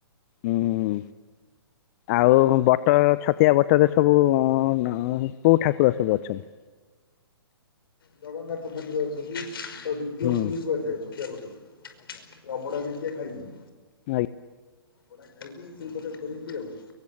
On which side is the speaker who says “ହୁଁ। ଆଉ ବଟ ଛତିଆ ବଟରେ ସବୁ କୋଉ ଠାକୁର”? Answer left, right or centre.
Left